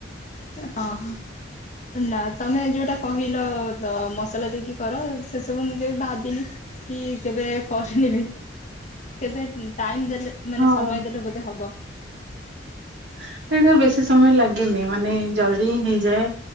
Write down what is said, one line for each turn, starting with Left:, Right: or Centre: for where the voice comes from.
Left: ହଁ ହଁ। ନା ତମେ ଯୋଉଟା କହିଲ ମସଲା ଦେଇକି କର ସେସବୁ ମୁଁ କେବେ ଭାବିନି। କି କେବେ କହିନେବି। ଏ ଟାଇମ ଦେଲେ ମାନେ
Right: ହଁ।
Left: ସମୟ ଦେଲେ ବୋଧେ ହବ।
Right: ସେଇଟା ବେଶୀ ସମୟ ଲାଗେନି ମାନେ ଜଲଦି ହିଁ ହେଇଯାଏ।